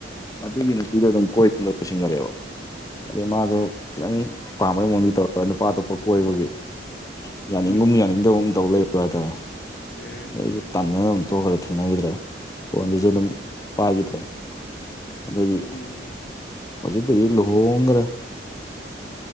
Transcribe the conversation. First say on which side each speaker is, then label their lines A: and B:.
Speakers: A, on the left; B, on the left.
A: ꯑꯗꯨꯒꯤ ꯅꯨꯄꯤꯗꯣ ꯑꯗꯨꯝ ꯀꯣꯏꯅ ꯂꯣꯏꯁꯤꯟꯒꯔꯦꯕ ꯑꯗꯩ ꯃꯥꯗꯣ ꯈꯤꯇꯪ ꯄꯥꯝꯕꯩ ꯃꯑꯣꯡꯗꯤ ꯇꯧꯔꯒ ꯅꯨꯄꯥ ꯑꯇꯣꯞꯄ ꯀꯣꯏꯕꯒꯤ ꯌꯥꯅꯤꯡꯒꯨꯝ
B: ꯎꯝ
A: ꯌꯥꯅꯤꯡꯗꯕ ꯑꯨꯝ ꯇꯧ ꯂꯩꯕ ꯍꯥꯏꯇꯥꯔꯦ
B: ꯑꯦ
A: ꯑꯗꯨꯗ ꯑꯩꯁꯨ ꯇꯥꯟꯗꯅ ꯑꯗꯨꯝ ꯇꯣꯛꯈ꯭ꯔꯦ ꯊꯦꯡꯅꯈꯤꯗ꯭ꯔꯦ ꯐꯣꯟꯗꯨꯁꯨ ꯑꯗꯨꯝ ꯄꯥꯏꯈꯤꯗ꯭ꯔꯦ ꯑꯗꯒꯤ
B: ꯎꯝ
A: ꯍꯧꯖꯤꯛꯄꯨꯗꯤ ꯂꯨꯍꯣꯡꯈ꯭ꯔꯦ